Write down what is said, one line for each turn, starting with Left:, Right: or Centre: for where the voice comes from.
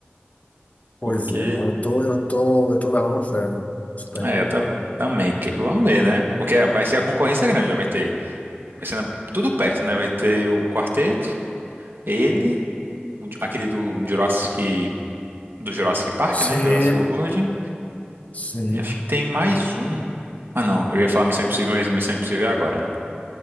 Left: pois
Right: Porque.
Left: é, eu tô, eu tô, eu tô levando fé, né? Superman.
Right: É, tá, também. que- vamos ver, né? Porque vai ser a concorrência grande, já vai ter. Vai ser na- tudo perto, né? Vai ter o quarteto, ele, o de- aquele do Jurassic, do Jurassic Park,
Left: Sim,
Right: né? Jurassic World.
Left: sim.
Right: E acho que tem mais um. Ah, não. Eu ia falar Missão Impossível, mas Missão Impossível é agora, né?